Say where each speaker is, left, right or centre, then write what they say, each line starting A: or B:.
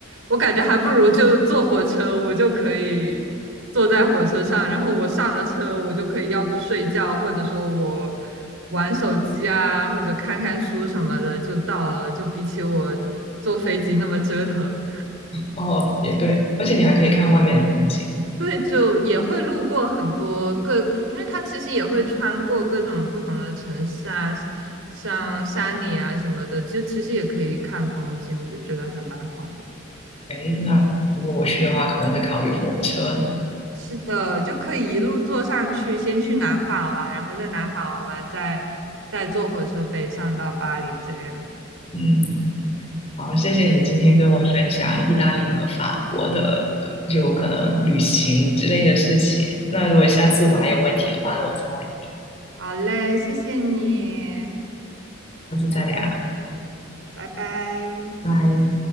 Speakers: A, on the right (about 80°); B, on the left (about 30°).
A: 我感觉还不如就坐火车，我就可以坐在火车上，然后我上了车，我就可以要不睡觉，或者说我玩手机啊，或者看看书什么的就到了，就比起我坐飞机那么折腾。
B: 哦，也对，而且你还可以看外面的风景。
A: 对，就也会路过很多各，因为它其实也会穿过各种不同的城市啊，像山里啊什么的，就其实也可以看风景，我就觉得还蛮好的。
B: 诶，那如果我去的话，可能会考虑火车。
A: 是的，就可以一路坐上去，先去南法玩，然后在南法玩完，再再坐火车北上到巴黎这样。
B: 嗯，好，谢谢你今天跟我分享意大利和法国的，就可能旅行之类的事情。那如果下次我还有问题的话，那我再问你，
A: 好嘞，谢谢你，
B: 下次再聊，
A: 拜拜，拜拜。
B: 拜。